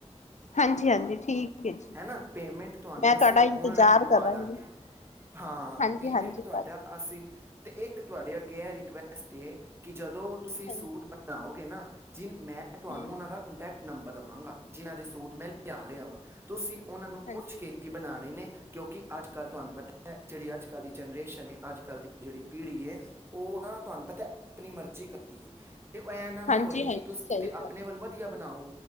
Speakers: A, on the left; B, on the right.
A: ਹਾਂਜੀ-ਹਾਂਜੀ ਠੀਕ। ਹੈ ਜੀ।
B: ਹੈਨਾ। ਪੇਮੈਂਟ ਤੁਹਾਨੂੰ
A: ਮੈਂ
B: ਅਸੀਂ
A: ਤੁਹਾਡਾ ਇੰਤਜ਼ਾਰ
B: ਓਨਲਾਈਨ ਪਵਾ
A: ਕਰਾਂਗੀ
B: ਦਾਂਗੇ। ਹਾਂ
A: ਹਾਂਜੀ-ਹਾਂਜੀ
B: ਪੇਮੈਂਟ ਤੁਹਾਡਾ
A: ਭਾਜੀ
B: ਅਸੀ ਤੇ, ਇੱਕ ਤੁਹਾਡੇ ਅੱਗੇ ਇਹ ਰਿਕੁਐਸਟ ਏ, ਕਿ ਜਦੋਂ ਤੁਸੀਂ
A: ਹਾਂਜੀ
B: ਸੂਟ ਬਣਾਗੇ ਨਾ ਜੀ ਮੈਂ ਤੁਹਾਨੂੰ
A: ਹੂੰ
B: ਉਹਨਾਂ ਦਾ ਕੰਟੈਕਟ ਨੰਬਰ ਦੇਵਾਂਗਾ। ਜਿਨ੍ਹਾਂ ਦੇ ਸੂਟ ਮੈਂ ਲਿਆ ਰਿਹਾ ਵਾਂ, ਤੁਸੀਂ ਉਹਨਾਂ ਨੂੰ
A: ਹਾਂਜੀ।
B: ਪੁੱਛ ਕੇ ਹੀ ਬਣਾਉਣੇ ਨੇ ਕਿਉਂਕਿ ਅੱਜ-ਕੱਲ੍ਹ ਤੁਹਾਨੂੰ ਪਤਾ ਹੈ ਜਿਹੜੀ ਅੱਜ-ਕੱਲ੍ਹ ਦੀ ਜਨਰੇਸ਼ਨ ਹੈ, ਅੱਜ ਕੱਲ੍ਹ ਦੀ ਜਿਹੜੀ ਪੀੜ੍ਹੀ ਹੈ ਉਹ ਨਾ ਤੁਹਾਨੂੰ ਪਤਾ ਆਪਣੀ ਮਰਜ਼ੀ ਕਰਦੀ ਹੈ। ਤੇ ਐ ਨਾ
A: ਹਾਂਜੀ-ਹਾਂਜੀ
B: ਹੋਏ ਕਿ ਤੁਸੀਂ
A: ਸਹੀ
B: ਤੇ ਆਪਣੇ
A: ਗੱਲ
B: ਵੱਲ ਵਧੀਆ ਬਣਾਓ